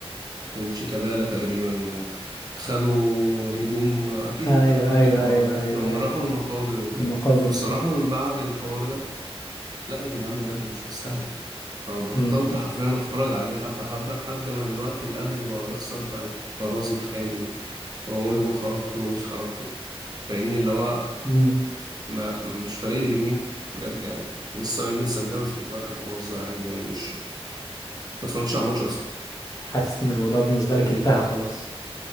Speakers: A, on the right; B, on the left.
A: كانت شيكابالا تقريبا وخدوا هدوم أكيد
B: <laughs> أيوه
A: أنت حضرت
B: أيوه
A: الحوار
B: أيوه
A: ده
B: أيوه
A: لما
B: أيوه
A: راحوا المقابر وكده
B: المقابر
A: فبصراحة
B: وكده
A: من بعد الحوار ده لا يا جدعان بجد مش مستاهلة فبطلت
B: امم
A: حرفيا اتفرج عليه حبة حبة لحد ما دلوقتي الاهلي بقى يخسر بقت ارازي في خالي و- واقول له خرجته ومش خرجته فاهمني اللي هو
B: <laughs>
A: ما ما- مش فارق لي بجنيه بجد يعني لسه راجع من سان داونز كنت بضحك وبهزر عادي يعني مش ما اتفرجتش على الماتش اصلا
B: حاسس ان الموضوع بالنسبة
A: فاهمني
B: لك انتهى خلاص